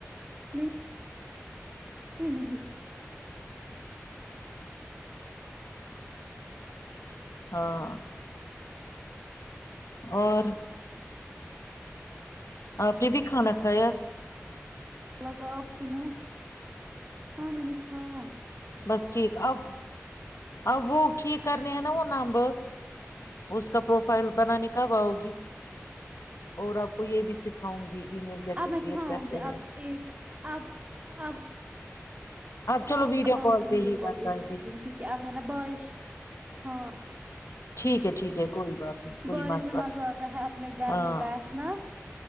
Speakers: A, on the right; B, on the left.
A: نہیں یہ نہیں
B: ہاں اور آپ نے بھی کھانا کھایا
A: الگا آپ سناو ہاں میں نے کھایا
B: بس ٹھیک اب اب وہ ٹھیک کرنے ہیں نا وہ نمبرس اس کا پروفائل بنانے کب آ ہوگی اور آپ کو یہ بھی سیکھ سکھاؤں گی ای میل کیسے
A: اب میں
B: کریئٹ
A: کہاں
B: کرتے
A: ہوں گی اب
B: ہیں
A: ایک اب اب
B: چلو
A: آپ
B: ویڈیو
A: کل
B: کال
A: مجھ ویڈیو کال
B: بتا
A: پہ ہی سکرین
B: دیں
A: کیونکہ اب ہے نا بارش ہاں
B: ٹھیک ہے ٹھیک ہے کوئی بات نہیں کوئی
A: بارش
B: مسلہ
A: میں مزہ
B: نہیں
A: آتا ہے اپنے گھر
B: ہاں
A: میں بیٹھنا